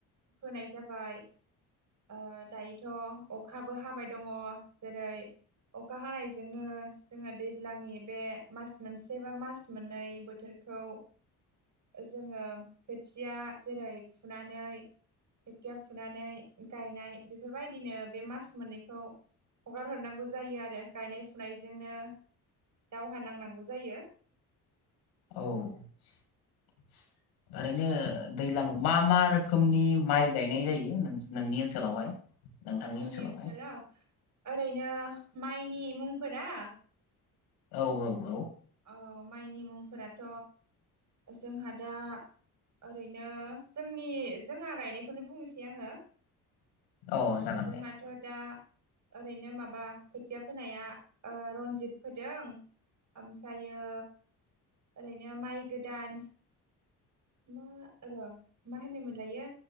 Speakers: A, on the right; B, on the left.
A: फोनाय जाबाय ओ दायोथ' अखाबो हाबाय दङ जेरै अखा हानाय जोंनो जोङो दैज्लांनि बे मास मोनसे बा मास मोननै बोथोरखौ जोङो खोथिया जेरै फुनानै खोथिया फुनानै गायनाय बेफोरबायदिनो बे मास मोननैखौ हगार हरनांगौ जायो आरो। गायनाय फुनायजोंनो दावहा नांनांगौ जायो।
B: औ ओरैनो दैज्लां मा मा रोखोमनि माइ गायनाय जायो नों- नोंनि ओनसोलावहाय? नोंथांनि
A: जोंनि
B: ओनसोलावहाय
A: ओनसोलाव ओरैनो माइनि मुंफोरा
B: औ औ औ।
A: औ माइनि मुंफोराथ' जोंहा दा ओरैनो जोंनि जोंहा गायनायखौनो बुंनोसै आङो
B: औ अ जागोन
A: जोंहाथ'
B: दे
A: दा ओरैनो माबा खोथिया फोनाया ओ रनजित फोदों ओमफ्रायो ओरैनो माइ गोदान मा र मा होनो मोनलायो